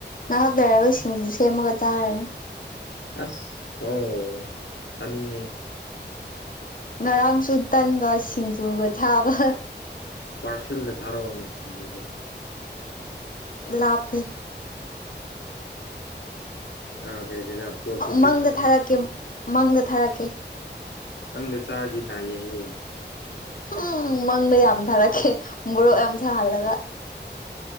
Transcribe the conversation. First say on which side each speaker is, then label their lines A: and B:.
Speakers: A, on the left; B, on the left.
A: ꯉꯥꯍꯥꯛ ꯂꯩꯔꯒ ꯁꯤꯡꯖꯨ ꯁꯦꯝꯃꯒ ꯇꯥꯔꯅꯤ
B: ꯑꯁ ꯑꯣ ꯆꯅꯤꯡꯉꯦ
A: ꯉꯔꯥꯡꯁꯨ ꯇꯟꯒ ꯁꯤꯡꯖꯨꯒ ꯊꯥꯕ
B: ꯄꯥꯔꯁꯦꯜꯗ ꯊꯥꯔꯛꯑꯣꯅꯦ ꯁꯤꯡꯖꯨꯗꯣ
A: ꯂꯥꯞꯄꯦ
B: <unintelligible> ꯄꯣꯁ ꯑꯣꯐꯤꯁ
A: ꯃꯪꯗ ꯊꯥꯔꯛꯀꯦ ꯃꯪꯗ ꯊꯥꯔꯛꯀꯦ
B: ꯃꯪꯗ ꯆꯔꯗꯤ ꯅꯥꯌꯦ ꯍꯥꯏꯌꯦ
A: ꯎꯝ ꯃꯪꯗ ꯌꯥꯝ ꯊꯥꯔꯛꯀꯦ ꯃꯣꯔꯣꯛ ꯌꯥꯝ ꯁꯥꯍꯜꯂꯒ